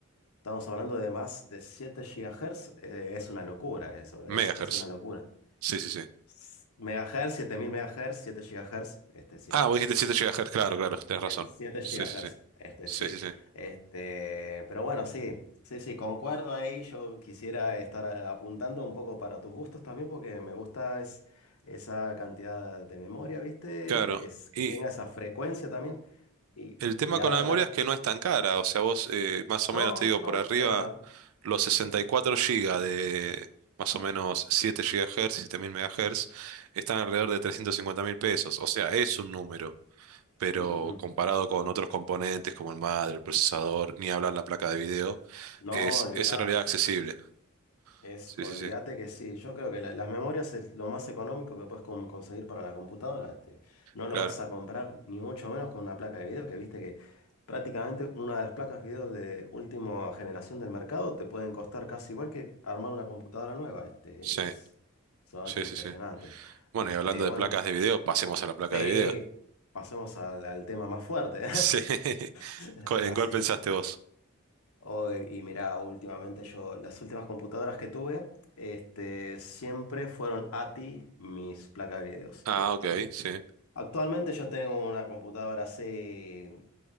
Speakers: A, on the left; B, on the right.
A: estamos hablando de más de 7 gigahertz, eh, es una locura eso,
B: Megahertz.
A: es, es una locura.
B: Sí, sí, sí.
A: S- Megahertz, 7000 megahertz, 7 gigahertz, este sí
B: Ah, vos dijiste 7 gigahertz, claro, claro, tenés razón.
A: siete
B: Sí,
A: GHz,
B: sí, sí.
A: este
B: Sí,
A: sí.
B: sí, sí.
A: Este, pero bueno, sí, sí, sí, concuerdo ahí. Yo quisiera estar eh, apuntando un poco para tus gustos también, porque me gusta es, esa cantidad de memoria, ¿viste?
B: Claro.
A: Es que
B: Y
A: tenga esa frecuencia también. Y,
B: el tema
A: y ahora
B: con la memoria
A: hablar.
B: es que no es
A: Sí.
B: tan cara. O sea, vos eh, más o
A: No,
B: menos, te digo,
A: no,
B: por arriba,
A: es verdad.
B: los 64
A: Sí.
B: gigas de más o menos 7 GHz, mil megahertz, están alrededor de 350 mil pesos. O sea, es un número. Pero
A: Ujú.
B: comparado con otros componentes como el madre, el procesador, ni hablar la placa de video, es,
A: No, olvídate.
B: es en realidad accesible.
A: Es,
B: Sí,
A: olvídate
B: sí, sí.
A: que sí, yo creo que la- las memorias es lo más económico que puedes con- conseguir para la computadora. te- no
B: Claro,
A: lo vas a comprar ni mucho menos con una placa de video, que viste que prácticamente una de las placas video de última generación del mercado te pueden costar casi igual que armar una computadora nueva. Este,
B: sí,
A: es, son
B: sí,
A: impresionantes.
B: sí, sí. Bueno,
A: Este,
B: y hablando de
A: bueno,
B: placas de video, pasemos a la placa
A: sí,
B: de video. <laughs>
A: pasemos al, al tema más fuerte.
B: Sí.
A: <laughs>
B: ¿Cuál-
A: Así.
B: ¿En cuál pensaste vos?
A: Oh, y mira, últimamente yo, las últimas computadoras que tuve, este, siempre fueron ATI mis placas de videos.
B: Ah,
A: Este,
B: ok, sí.
A: actualmente yo tengo una computadora así